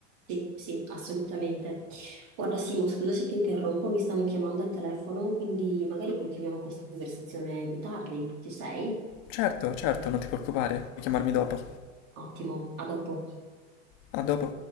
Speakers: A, on the right; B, on the left.
A: Sì, sì, assolutamente. Guarda, Simo, scusa se ti interrompo, mi stanno chiamando al telefono, quindi magari continuiamo questa conversazione più tardi. Ci sei?
B: Certo, certo, non ti preoccupare, puoi chiamarmi dopo.
A: Ottimo, a dopo.
B: A dopo.